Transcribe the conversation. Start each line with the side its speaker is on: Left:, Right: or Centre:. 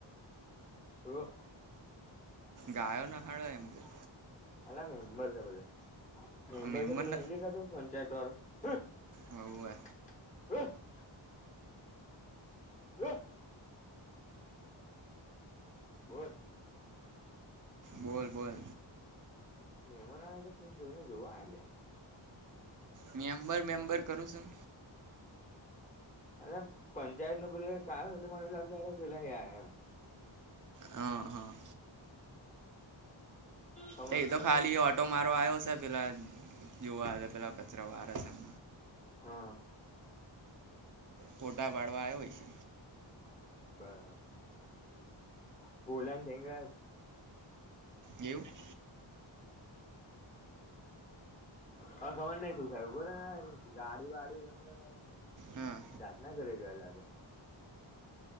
Left: શું.
Right: ગાયો ના હળ્યો એમ કહું.
Left: અલા મેમ્બર છે બધા મેમ્બર
Right: મેમન
Left: છે પેલું નહી દેખાતું પંચાયત વાળું હું.
Right: હવવે.
Left: <unintelligible> હે. <unintelligible>
Right: બોલ બોલ.
Left: મહેમાન આ હતા શું કોઈને જોવા આય લે.
Right: મિયા મેમ્બર મેમ્બર કરું છું.
Left: અને પંચાયત નું પેલું કારણ એટલે મને એવ લાગે <unintelligible> પેલાયા એમ.
Right: હ હા.
Left: ખબર
Right: તે એ
Left: નઈ
Right: તો ખાલી
Left: હવે
Right: ઓટો મારો આવ્યો છે પેલા જોવા હશે પેલા કચરા વારે છે એમ.
Left: હા.
Right: ફોટા વાડવા આવ્યોય છે.
Left: બરાબ પૂલાને થંગ
Right: એવું <unintelligible>
Left: હ સમજ નહીં <unintelligible> ઊભરે ગાડી વાડી <unintelligible>
Right: હા
Left: રાજ ના ઘરે ગયેલા <unintelligible>